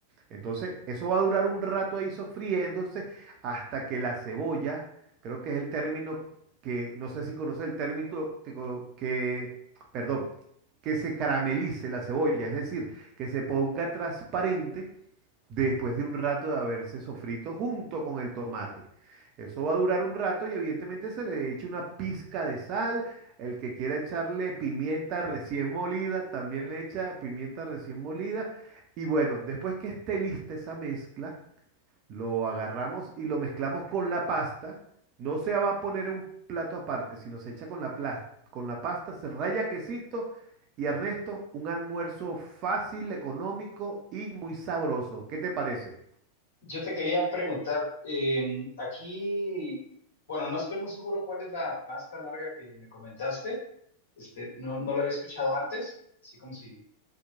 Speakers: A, on the right; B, on the left.
A: Entonces, eso va a durar un rato ahí sofriéndose hasta que la cebolla, creo que es el término que, no sé si conoce el término que, co- que- perdón, que se caramelice la cebolla, es decir, que se ponga transparente después de un rato de haberse sofrito junto con el tomate. Eso va a durar un rato y evidentemente se le echa una pizca de sal. El que quiera echarle pimienta recién molida, también le echa pimienta recién molida. Y bueno, después que esté lista esa mezcla, lo agarramos y lo mezclamos con la pasta. No se va a poner en un plato aparte, sino se echa con la, plas- con la pasta, se raya quesito y Ernesto, un almuerzo fácil, económico y muy sabroso. ¿Qué te parece?
B: Yo te quería preguntar, eh, aquí, bueno, no estoy muy seguro cuál es la pasta larga que me comentaste. Este, no, no lo había escuchado antes, así como si